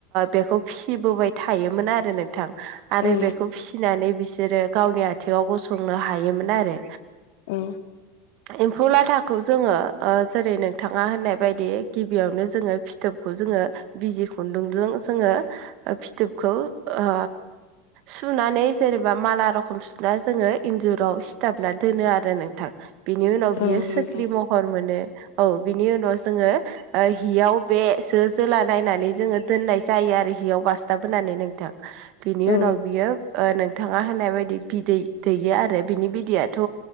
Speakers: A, on the right; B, on the left.
A: बेखौ फिसिबोबाय थायोमोन आरो नोंथां आरो
B: औ
A: बेखौ फिसिनानै बिसोरो गावनि आथिङाव गसंनो हायोमोन आरो
B: औ
A: एम्फौ लाथाखौ जोङो जेरै नोंथाङा होननाय बायदि गिबियावनो जोङो फिथोबखौ जोङो बिजि खुन्दुंजों जोङो फिथोबखौ ओ सुनानै जेनेबा माला रखम सुना जोङो इन्जुराव सिथाबना दोनो आरो नोंथां बिनि उनाव बियो
B: औ
A: सख्रि
B: नंगौ
A: महर मोनो औ बिनि उनाव जोङो हियाव बेसो जोला नायनानै जोङो दोननाय जायो आरो हियाव बासथाब होनानै नोंथां बिनि
B: औ
A: उनाव बियो नोंथाङा होननाय बायदि बिदै दैया आरो बिनि बिदैयाथ